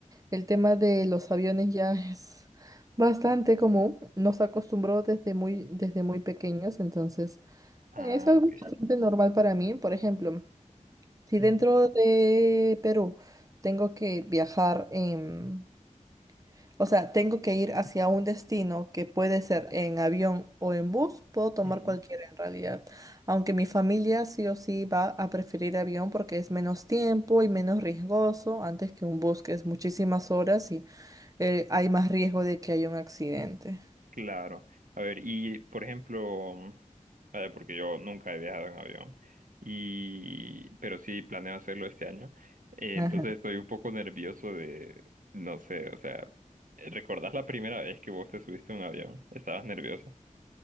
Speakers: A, on the right; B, on the right.
A: el tema de los aviones ya es bastante común. Nos acostumbró desde muy, desde muy pequeños, entonces
B: Ah,
A: es algo
B: ok.
A: bastante normal para mí. Por ejemplo, si
B: Ujú,
A: dentro de Perú tengo que viajar en o sea, tengo que ir hacia un destino que puede ser en avión o en bus, puedo tomar
B: ujú.
A: cualquiera en realidad. Aunque mi familia sí o sí va a preferir avión porque es menos tiempo y menos riesgoso antes que un bus, que es muchísimas horas y eh, hay más riesgo de que haya un accidente.
B: Claro. A ver, y por ejemplo, mm, a ver, porque yo nunca he viajado en avión, y pero sí planeo hacerlo este año. Eh,
A: Ajá.
B: entonces estoy un poco nervioso de, no sé, o sea, ¿recordás la primera vez que vos te subiste a un avión? ¿Estabas nervioso?